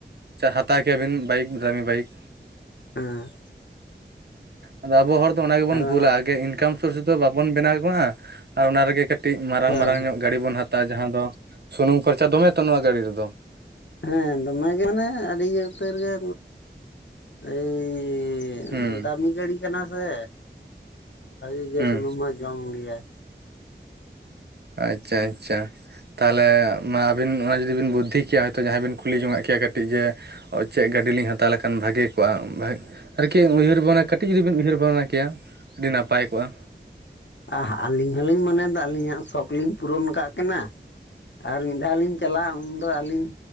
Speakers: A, on the right; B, on the left.
A: ᱦᱟᱛᱟᱣ ᱠᱮᱭᱟᱵᱤᱱ ᱵᱟᱭᱤᱠ ᱫᱟᱢᱤ ᱵᱟᱭᱤᱠ᱾
B: ᱦᱮᱸ᱾
A: ᱟᱫᱚ ᱟᱵᱚ ᱦᱚᱲ ᱫᱚ ᱚᱱᱟ ᱜᱮᱵᱚᱱ
B: ᱟᱫᱚ
A: ᱵᱷᱩᱞᱟ, ᱟᱜᱮ ᱤᱱᱠᱟᱢ ᱥᱳᱨᱥ ᱫᱚ ᱵᱟᱵᱚᱱ ᱵᱮᱱᱟᱣ ᱠᱚᱜᱼᱟ᱾ ᱟᱨ ᱚᱱᱟ ᱨᱮᱜᱮ ᱠᱟᱹᱴᱤᱡ ᱢᱟᱨᱟᱝ
B: ᱦᱳᱭ
A: ᱢᱟᱨᱟᱝ ᱧᱚᱜ ᱜᱟᱹᱰᱤ ᱵᱚᱱ ᱦᱟᱛᱟᱣᱟ, ᱡᱟᱦᱟᱸ ᱫᱚ ᱥᱩᱱᱩᱢ ᱠᱷᱚᱨᱪᱟ ᱫᱚᱢᱮ ᱛᱚ ᱱᱚᱣᱟ ᱜᱟᱹᱰᱤ ᱨᱮᱫᱚ?
B: ᱦᱮᱸ ᱫᱚᱢᱮ ᱜᱮ ᱢᱟᱱᱮ ᱟᱹᱰᱤ ᱜᱮ ᱩᱛᱟᱹᱨ ᱜᱮ ᱮᱭᱼᱼ
A: ᱦᱩᱸ
B: ᱫᱟᱢᱤ ᱜᱟᱹᱲᱤ ᱠᱟᱱᱟ ᱥᱮ ᱵᱷᱟᱹᱜᱤ ᱜᱮ
A: ᱦᱩᱸ
B: ᱥᱩᱱᱩᱢ ᱦᱚᱸᱭ ᱡᱚᱢ ᱜᱮᱭᱟᱭ᱾
A: ᱟᱪᱪᱷᱟ ᱟᱪᱪᱷᱟ᱾ ᱛᱟᱦᱚᱞᱮ ᱢᱟ ᱟᱹᱵᱤᱱ ᱚᱱᱟ ᱡᱩᱫᱤ ᱵᱤᱱ ᱵᱩᱫᱽᱫᱷᱤ ᱠᱮᱭᱟ, ᱦᱚᱭᱛᱳ ᱡᱟᱦᱟᱸᱭ ᱵᱤᱱ ᱠᱩᱞᱤ ᱡᱚᱝ ᱟᱜ ᱠᱮᱭᱟ ᱠᱟᱹᱴᱤᱡ ᱡᱮ ᱪᱮᱜ ᱜᱟᱹᱰᱤ ᱞᱤᱧ ᱦᱟᱛᱟᱣ ᱞᱮᱠᱷᱟᱱ ᱵᱷᱟᱹᱜᱤ ᱠᱚᱜᱼᱟ? ᱟᱨᱠᱤ ᱩᱭᱦᱟᱹᱨ ᱵᱟᱲᱟ, ᱠᱟᱹᱴᱤᱡ ᱡᱩᱫᱤ ᱵᱤᱱ ᱩᱭᱦᱟᱹᱨ ᱵᱷᱟᱵᱽᱱᱟ ᱠᱮᱭᱟ᱾ ᱟᱹᱰᱤ ᱱᱟᱯᱟᱭ ᱠᱚᱜᱼᱟ
B: ᱟᱦ ᱟᱹᱞᱤᱧ ᱫᱚᱞᱤᱧ ᱢᱚᱱᱮᱭᱮᱫᱟ ᱟᱹᱞᱤᱧᱟᱜ ᱥᱚᱠ ᱞᱤᱧ ᱯᱩᱨᱚᱱ ᱟᱠᱟᱫ ᱠᱟᱱᱟ ᱟᱨ ᱢᱤᱫ ᱫᱷᱟᱣ ᱞᱤᱧ ᱪᱟᱞᱟᱜᱼᱟ, ᱩᱱ ᱫᱚ ᱟᱹᱞᱤᱧ